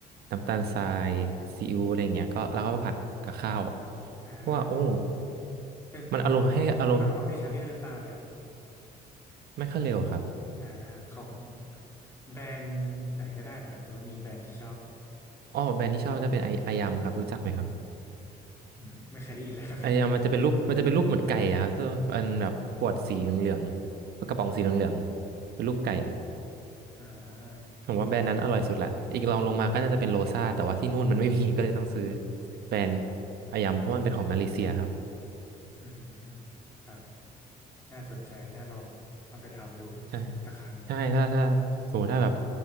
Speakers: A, on the right (about 70°); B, on the left (about 15°).
A: น้ำตาลทรายซีอิ๊วอะไรอย่างเงี้ยก็แล้วก็มาผัดกับข้าว
B: อ่า
A: เพราะว่าโอ้
B: เป็นปลากระป๋องนี่ปลากระป๋องที่ใช้นี่คือปลาอะไรครับ
A: มันอารมณ์ให้อารมณ์ไม่ค่อยเร็วครับ
B: อ่าของแบรนด์ไหนก็ได้นะครับหรือว่ามีแบรนด์ที่ชอบ
A: อ๋อแบรนด์ที่ชอบจะเป็นไอไอยำครับรู้จักไหมครับ
B: <laughs> ไม่เคยได้ยินแล้วครับ <laughs>
A: ไอ้อะมันจะเป็นรูปมันจะเป็นรูปเหมือนไก่อะครับตัวอันแบบขวดสีเหลืองๆกระป๋องสีเหลืองๆเป็นรูปไก่
B: อ่า
A: ผมว่าแบรนด์นั้นอร่อยสุดละอีกรองลงมาก็น่าจะเป็นโรซ่าแต่ว่าที่นู่นมันไม่มี <laughs> ก็เลยต้องซื้อแบรนด์อายมเพราะมันเป็นของมาเลเซียครับ
B: อืมครับน่าสนใจน่าลองเอาไปทำดู
A: ใช่
B: สักครั้ง
A: ใช่ถ้าถ้าสมมติถ้าแบบ